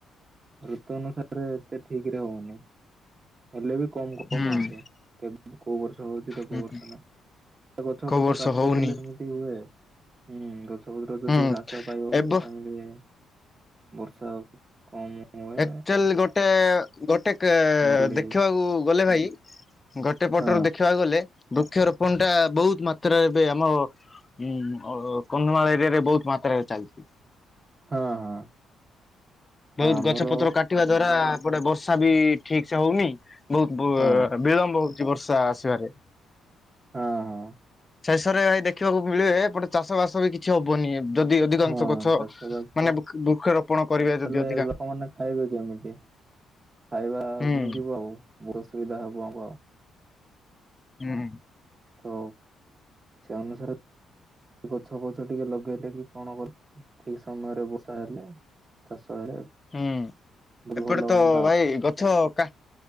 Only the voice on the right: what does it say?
ଋତୁ ଅନୁସାରେ ଏତେ ଠିକରେ ହୋଉନି ହେଲେ ବି କମ କମ
ହୋଉଛି କେ-କୋଉ ବର୍ଷ ଗଛ ହୋଉଚି ତ କୋଉ
ବର୍ଷ ନାଇ ସେ ଗଛ
ଫଛ
କାଟିଦେଲେ
ସେମିତି ହୁଏ ହୁଁ ଗ ଛପତ୍ର ଯଦି
ହ୍ରାସ ପାଇଗଲେ
ତାହେଲେ ବର୍ଷା ଆଉ କମ ହୁଏ
ମରୁଡି
ହଁ
ହଁ ହଁ।
ଆମର
ହଁ
ହଁ ହଁ।
ହଁ
ଚାଷ ବାସ
ନହେଲେ
ଲୋକମାନେ ଖାଇବେ କେମିତି? ଖାଇବା ଆଉ
ଆମେ ଯିବୁ ଆଉ। ବହୁ ଅସୁବିଧା ହବ ଆମକୁ ଆଉ।
ତ ସେ ଅନୁସାରେ ଗଛ ଫଛ ଟିକେ ଲଗେଇଲେ କି କଣ କରିଥିଲେ, ଠିକ ସମୟରେ ବର୍ଷା ହେଲେ ଚାଷ ହେଲେ
ବହୁତ
ଭଲ
ହୁଅନ୍ତା
ଆଉ